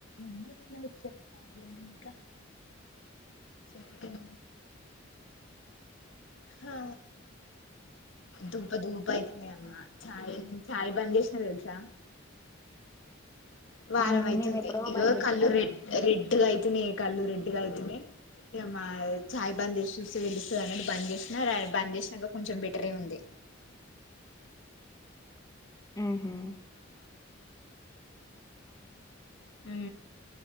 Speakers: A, on the left; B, on the left.
A: ఎన్నెన్నో చెప్పాలి ఇంకా చక్కెర హా దుంప ధూప అవుతుంది అమ్మా చా్ చఛా్ బంద్ చేసినా తెలుసా వారం
B: ఆ, నేను
A: అయితుంది
B: మేము ఎప్పుడో
A: ఇగో
B: బంద్ చేసినాం
A: కళ్ళు రెడ్ రెడ్గా అయితున్నాయి కళ్ళు రెడ్గా అయితున్నాయి ఇగ మా చాయ్ బంద్ చేసి చూసితే తెలుస్తాది అన్నట్టు బంద్ చేసినా బంద్ చేసినాక కొంచెం బెటరే ఉంది
B: ఉహు
A: ఉ